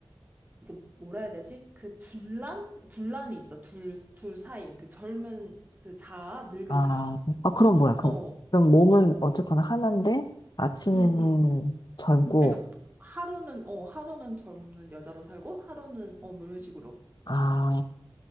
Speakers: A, on the right (about 20°); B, on the left (about 55°).
A: 그 뭐라 해야 되지? 그 분란? 분란이 있어. 둘, 둘 사이에. 그 젊은 그 자아, 늙은
B: 아,
A: 자아.
B: 아, 그럼 뭐야, 그럼.
A: 어,
B: 그럼 몸은 어쨌거나 하나인데, 아침에는
A: 응, 응.
B: 젊고,
A: 그러니까 하루는, 어, 하루는 젊은 여자로 살고, 하루는, 어, 뭐 이런 식으로.
B: 아,